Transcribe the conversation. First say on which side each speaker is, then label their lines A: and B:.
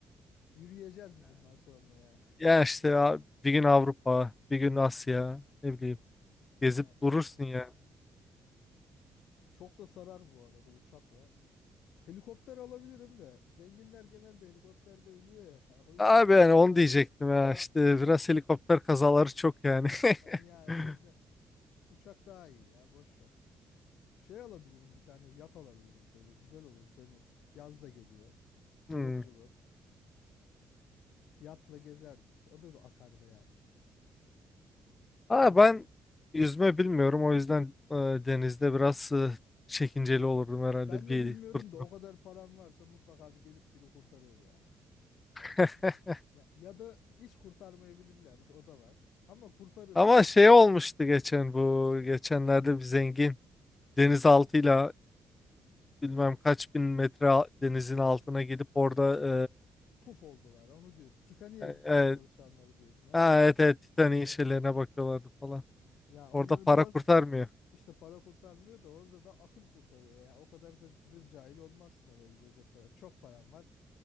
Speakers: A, on the left; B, on the left.
A: yürüyeceğiz mi bundan sonra ya,
B: Ya işte abi, bir gün Avrupa, bir gün Asya, ne bileyim
A: <laughs>
B: gezip
A: ya
B: durursun yani.
A: çok da sarar bu arada uçakla Helikopter alabilirim de. Zenginler genelde helikopterde ölüyor ya. <laughs> O yüzden
B: Abi
A: belki
B: yani
A: uzak
B: onu diyecektim
A: dur.
B: ya işte biraz helikopter kazaları çok yani.
A: Ha, ya
B: <laughs>
A: o yüzden uçak daha iyi ya boş ver. Şey alabilirim bir tane yat alabilirim şöyle güzel olur deniz. Yaz da geliyor. Cıvıl
B: Hmm.
A: cıvıl. Yatla gezerdik. O da akardı yani.
B: Aa,
A: Orada.
B: ben yüzme bilmiyorum o yüzden e, denizde biraz e, çekinceli olurdum herhalde
A: Ben de
B: bir
A: bilmiyorum
B: fırtına.
A: da o kadar param varsa mutlaka bir gelip biri kurtarır ya.
B: <laughs>
A: Ya, ya da hiç kurtarmayabilirler. O da var. Ama kurtarırlar
B: Ama
A: ya.
B: şey olmuştu geçen bu geçenlerde bir zengin denizaltıyla bilmem kaç bin metre al- denizin altına gidip orada
A: Puf oldular. Onu diyorsun. Titanik'e
B: e,
A: gitmeye
B: e, e,
A: çalışanları diyorsun. Evet
B: ha,
A: evet.
B: evet evet Titanic'in şeylerine bakıyorlardı falan.
A: Ya onlar
B: Orada para
A: biraz
B: kurtarmıyor.
A: işte para kurtarmıyor da orada da akıl kurtarıyor ya. O kadar da zır cahil olmazsın oraya gidecek kadar. Çok paran var.